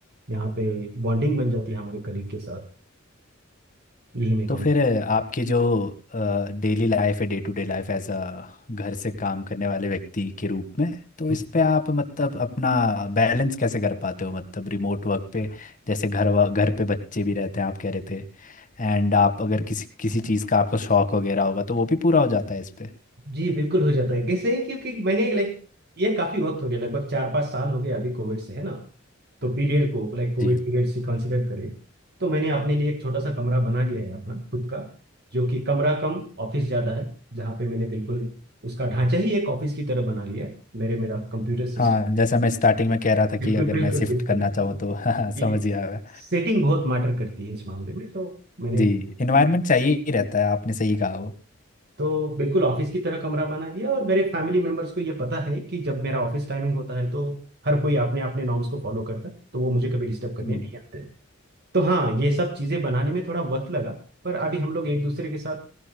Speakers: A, on the right; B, on the left.
A: यहाँ पे बॉन्डिंग बन जाती है हमारे कलीग के साथ यही मैं
B: तो फिर आपके जो डेली लाइफ है day to day life as a घर से काम करने वाले व्यक्ति के रूप में तो
A: कहूँ
B: इस पे आप मतलब अपना बैलेंस कैसे कर पाते हो मतलब रिमोट वर्क पे जैसे घर वा- घर पे बच्चे भी रहते हैं आप कह रहे थे एंड आप अगर किसी किसी चीज़ का आपको शौक वगैरह होगा तो वो भी पूरा हो जाता है इस पे
A: जी बिल्कुल हो जाता है कैसे है क्योंकि मैंने लाइक ये काफी वक्त हो गया लगभग चार पांच साल हो गए अभी कोविड से है ना तो पीरियड को लाइक कोविड
B: जी
A: पीरियड से कंसिडर करें तो मैंने अपने लिए एक छोटा सा कमरा बना लिया है अपना खुद का जो कि कमरा कम ऑफिस ज्यादा है जहाँ पे मैंने बिल्कुल उसका ढांचा ही एक ऑफिस की तरह बना लिया है। मेरे मेरा कंप्यूटर सिस्टम
B: हाँ जैसा मैं स्टार्टिंग में कह रहा था कि
A: बिल्कुल
B: अगर
A: बिल्कुल
B: मैं शिफ्ट
A: बिल्कुल
B: करना चाहूँ तो <laughs> हाँ,
A: कि
B: समझ गया मैं
A: सेटिंग बहुत मैटर करती है इस मामले में तो मैंने
B: जी इन्वायरमेंट चाहिए ही रहता है आपने सही कहा वो
A: तो बिल्कुल ऑफिस की तरह कमरा बना दिया और मेरे फैमिली मेंबर्स को ये पता है कि जब मेरा ऑफिस टाइमिंग होता है तो हर कोई अपने अपने नॉर्म्स को फॉलो करता है तो वो मुझे कभी डिस्टर्ब करने
B: हम्म,
A: नहीं आते तो हाँ ये सब चीजें बनाने में थोड़ा वक्त लगा पर अभी हम लोग एक दूसरे के साथ